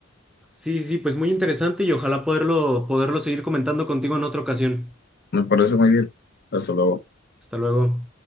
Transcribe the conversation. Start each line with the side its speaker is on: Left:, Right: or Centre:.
Centre: Sí, sí, pues muy interesante y ojalá poderlo, poderlo seguir comentando contigo en otra ocasión.
Left: Me parece muy bien. Hasta luego.
Centre: Hasta luego.